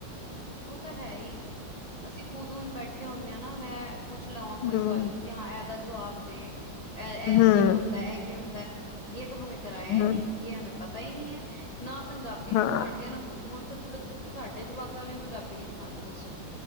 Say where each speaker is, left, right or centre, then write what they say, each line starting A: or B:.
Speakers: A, on the left; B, on the left.
A: ਉਹ ਤਾਂ ਹੈ ਹੀ ਅਸੀਂ ਖੁਦ ਹੁਣ ਬੈਠੇ ਹੁੰਦੇ ਹਾਂ ਨਾ ਮੈਂ ਪੁੱਛ ਲਵਾਂ ਕੋਈ
B: ਹਮ
A: ਗੱਲ ਕਿ ਹਾਂ ਇਹਦਾ ਜਵਾਬ ਦੇ ਇਹ
B: ਹਮ
A: ਕਿਵੇਂ ਹੁੰਦਾ-ਇਹ ਕਿਵੇਂ ਹੁੰਦਾ।। ਜੇ ਤਾਂ ਹਮੇ ਕਰਾਇਆ
B: ਹਮ
A: ਹੀ ਨਹੀਂ ਜੇ ਪਤਾ ਹੀ ਨਹੀਂ ਹੈ ਨਾ ਪੰਜਾਬੀ ਸਿਖਾਉਣ
B: ਹਾਂ
A: ਗਏ ਨਾ ਕੁਛ ਹੁਣ ਸਾਡੇ 'ਚ ਜਵਾਕਾਂ ਨੂੰ ਪੰਜਾਬੀ ਨੀ ਸਿਖਾਂਦੇ ਦੱਸੋ